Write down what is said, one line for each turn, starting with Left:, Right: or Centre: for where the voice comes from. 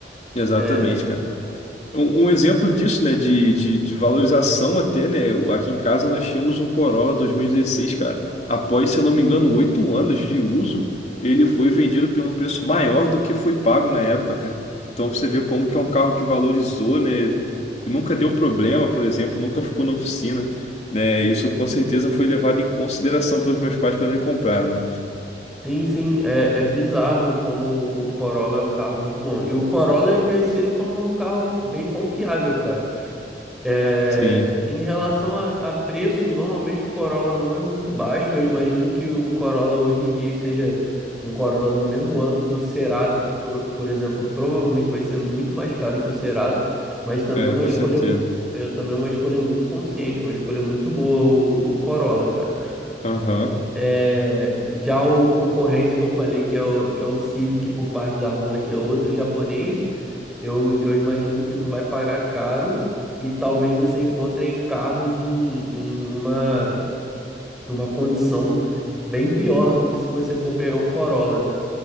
Left: Exatamente,
Centre: É,
Left: cara. Um, um exemplo disso, né, de, de, de valorização até, né, o- aqui em casa nós tínhamos um Corolla 2016 cara. Após, se eu não me engano, oito anos de uso, ele foi vendido por um preço maior do que foi pago na época, cara. Então pra você vê como que é um carro que valorizou, né, por- nunca deu problema, por exemplo, nunca ficou na oficina, né, isso com certeza foi levado em consideração pelos meus pais quando me compraram, né.
Centre: sim, sim, é, é bizarro como o Corolla é um carro muito bom. E o Corolla é conhecido como um carro bem confiável, cara. É,
Left: Sim,
Centre: em relação a, a preço, normalmente o Corolla não é muito baixo. Eu imagino que o Corolla hoje em dia esteja um Corolla no mesmo ano do Cerato, por, por exemplo, provavelmente vai ser muito mais caro que o Cerato, mas também
Left: é,
Centre: é uma
Left: com
Centre: escolha,
Left: certeza.
Centre: é também é uma escolha muito consciente, uma escolha muito boa o, o Corolla, cara.
Left: Aham.
Centre: É, já o concorrente que eu falei que é o, que é o Civic por parte da Honda, que é outro japonês, eu, eu imagino que tu vai pagar caro e talvez você encontre em carros em, em uma, uma condição bem pior do que se você for pegar um Corolla, né?